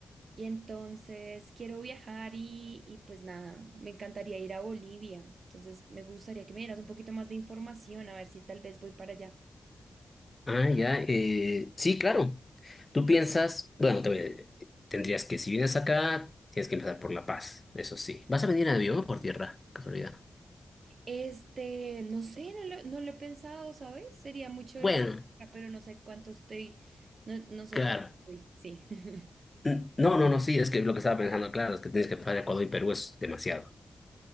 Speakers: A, on the right (about 65°); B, on the left (about 25°).
A: y entonces quiero viajar y, y pues nada, me encantaría ir a Bolivia, entonces me gustaría que me dieras un poquito más de información, a ver si tal vez voy para allá.
B: ah, ya, eh, sí, claro. Tú piensas, bueno, te- tendrías que, si vienes acá, tienes que empezar por La Paz, eso sí. ¿Vas a venir en avión o por tierra? Casualidad.
A: Este, no sé, no lo, no lo he pensado, ¿sabes? Sería muy chévere,
B: Bueno,
A: por- pero no sé cuánto estoy, no, no sé
B: claro.
A: cuánto estoy, sí. <laughs>
B: N- No, no, no, sí, es que lo que estaba pensando, claro, es que tienes que pasar Ecuador y Perú es demasiado